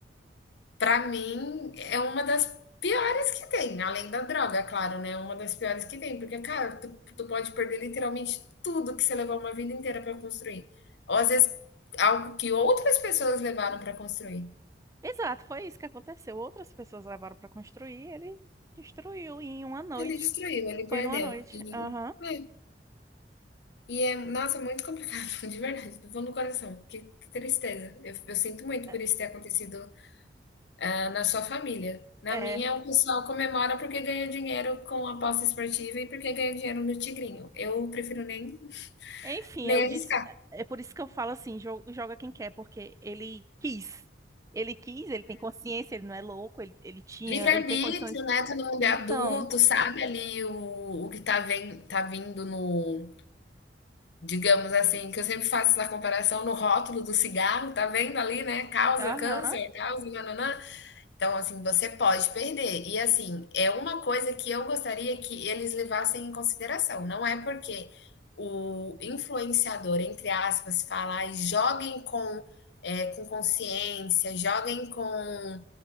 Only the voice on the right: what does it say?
Exato, foi isso que aconteceu. Outras pessoas levaram para construir, ele destruiu em uma noite.
Foi numa noite.
Aham.
É,
é.
Enfim,
eu disse,
é por isso que eu falo assim, jo- joga quem quer, porque ele quis. Ele quis, ele tem consciência, ele não é louco, ele, ele tinha,
ele tem condições.
Então,
aham,